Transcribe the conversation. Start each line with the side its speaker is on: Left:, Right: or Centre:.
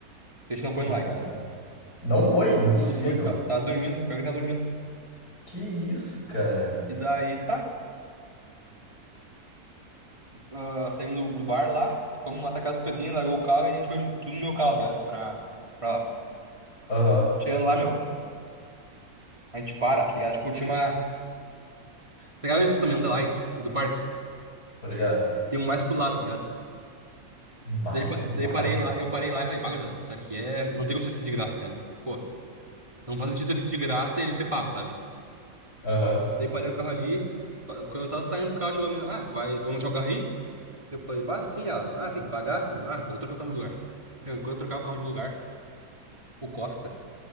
Right: Teixe não foi
Left: Puta.
Right: no lights.
Left: Não foi impossível.
Right: Não foi, tá- tava dormindo, pior que ele tava dormindo.
Left: Que isso, cara?
Right: E daí tá. ah, saímos do, do bar lá, fomos até a casa do Pedrinho, largou o carro e a gente foi tudo no meu carro, tá ligado? Pra, pra lá.
Left: Aham,
Right: Chegando lá, meu, a gente para, tá ligado? Tipo, tinha uma. Pegava esse também da Lights e do parque.
Left: obrigado.
Right: Tem um mais pro lado, tá ligado?
Left: Mais
Right: Daí, pa-
Left: pro
Right: daí
Left: lado.
Right: parei lá, eu parei lá e falei, "Bah, gurizada, isso aqui é. Não tem como isso aqui ser de graça, tá ligado? Pô, não faz sentido isso aqui ser de graça e ele ser pago, sabe?
Left: Aham.
Right: Daí parei o carro ali. pa- Quando eu tava saindo do carro, chegou a menina, ah, tu vai. Vamos deixar o carro aí? Eu falei, bah, sim, ela, ah, tem que pagar. Eu, ah, então eu vou trocar o carro de lugar. Meu, quando eu trocar o carro de lugar, o Costa.